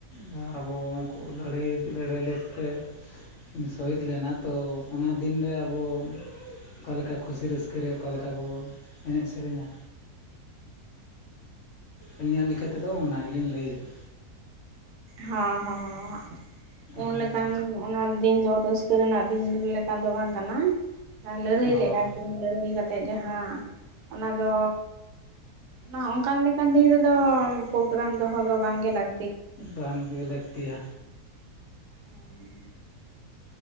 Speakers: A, on the left; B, on the right.
A: ᱡᱟᱦᱟᱸ ᱟᱵᱚ ᱩᱱᱠᱩ ᱞᱟᱹᱲᱦᱟᱹᱭ ᱞᱟᱹᱲᱦᱟᱹᱭ ᱞᱮᱫ ᱛᱮ ᱥᱚᱦᱤᱫ ᱞᱮᱱᱟ ᱛᱳ ᱚᱱᱟ ᱫᱤᱱᱨᱮ ᱟᱵᱚ ᱚᱠᱟ ᱞᱮᱠᱟ ᱠᱷᱩᱥᱤ ᱨᱟᱹᱥᱠᱟᱹ ᱨᱮ ᱚᱠᱟ ᱞᱮᱠᱟ ᱵᱚ ᱮᱱᱮᱡ ᱥᱮᱨᱮᱧᱟ᱾
B: <unintelligible>
A: ᱟᱹᱞᱤᱧᱟᱜ ᱞᱮᱠᱟ ᱛᱮᱫᱚ ᱚᱱᱟ ᱜᱮᱞᱤᱧ ᱞᱟᱹᱭᱮᱫᱟ᱾
B: ᱦᱚᱸ ᱦᱚᱸ ᱦᱟᱸᱜ ᱯᱩᱱ
A: ᱦᱳᱭ
B: ᱞᱮᱠᱟᱱ ᱜᱚ ᱚᱱᱟ ᱫᱤᱱ ᱫᱚ ᱨᱟᱹᱥᱠᱟᱹ ᱨᱮᱱᱟᱜ ᱫᱤᱱ ᱞᱮᱠᱟᱱ ᱫᱚ ᱵᱟᱝ ᱠᱟᱱᱟ ᱟᱨ ᱞᱟᱹᱲᱦᱟᱹᱭ
A: ᱦᱳᱭ
B: ᱞᱮᱼᱟ ᱠᱤ ᱞᱟᱹᱲᱦᱟᱹᱭ ᱠᱟᱛᱮᱫ ᱡᱟᱦᱟᱸ ᱚᱱᱟ ᱫᱚ ᱚᱱᱟ ᱚᱱᱠᱟᱱ ᱞᱮᱠᱟᱱ ᱫᱤᱱ ᱨᱮᱫᱚ ᱯᱳᱜᱨᱟᱢ ᱫᱚᱦᱚ ᱫᱚ ᱵᱟᱝ ᱜᱮ ᱞᱟᱜ
A: ᱵᱟᱝ ᱜᱮ ᱞᱟᱹᱠᱛᱤᱭᱟ᱾
B: ᱦᱩᱸ